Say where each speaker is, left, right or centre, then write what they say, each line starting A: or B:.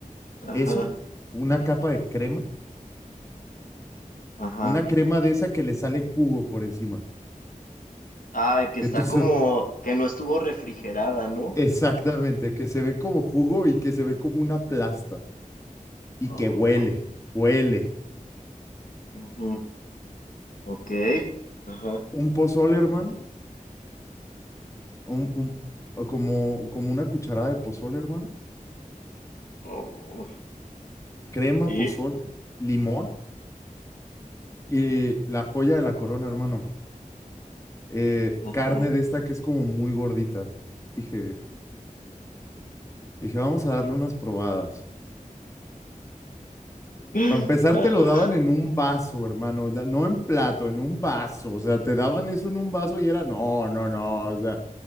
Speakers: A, on the left (about 75°); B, on the left (about 20°).
A: Ajá.
B: Eso, una capa de crema,
A: Ajá.
B: una crema de esa que le sale jugo por encima.
A: Ay, que está
B: de tu so-
A: como
B: <laughs>
A: que no estuvo refrigerada, ¿no?
B: exactamente, que se ve como jugo y que se ve como una plasta y
A: Ah,
B: que huele, huele.
A: ujú. Ok. Ajá.
B: Un pozole, hermano, un, un- como, como una cucharada de pozole, hermano.
A: Oh,
B: Crema,
A: y
B: pozole, limón Y la joya de la corona, hermano. eh,
A: ujú.
B: carne de esta que es como muy gordita. Dije, dije, vamos a darle unas probadas.
A: <gasps>
B: Para empezar,
A: <laughs> Ah,
B: te lo daban en un vaso, hermano. na- No en plato, en un vaso. O sea, te daban eso en un vaso y era, no, no, no. O sea,